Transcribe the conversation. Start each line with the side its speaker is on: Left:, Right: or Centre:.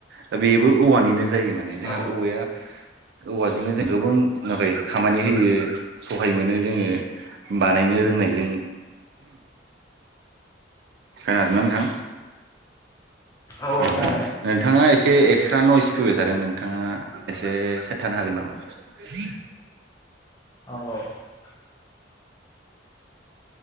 Right: दा बेबो औवानिनो जायो मोन। माने जोंहा
Left: औ
Right: औवाया औवाजोंनो जों गोबां नुवाखै खामानि होयो सहाय मोनो जोङो बानायनो रोंनायजों खोनादोंना नोंथां?
Left: औ
Right: ओ
Left: खोनादों
Right: नोंथाङा एसे एसे एक्सट्रा नयस फैबाय थादों नोंथाङा एसे साइट थानो हागोन नामा? <inaudible>
Left: औ औ ।